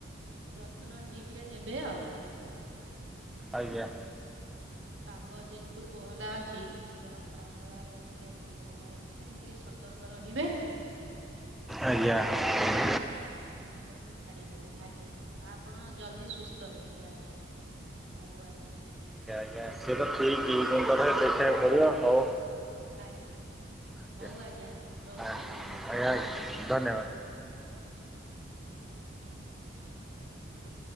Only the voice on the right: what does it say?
ଯତ୍ନ ଠିକ ରେ ନେବେ ଆଉ।
ପାଗ ଯେହେତୁ କୋହଲା ଅଛି। ଦେହ ଖରାପ ହବାର ଅଧିକା ସମ୍ଭାବନା ଅଛି, ତେଣୁ ଟିକେ ସତର୍କ ରହିବେ।
ଆ <inaudible> ଏଠି ଛାଡ଼ିବେନି, ଆଜ୍ଞା ଆପଣ ଜଲଦି ସୁସ୍ଥ ହେଇଯିବେ ଆଜ୍ଞା, ହଉ ଆଜ୍ଞା।
ଆଜ୍ଞା
ହଉ ରହୁଛି
ନମସ୍କାର।
ହ <inaudible>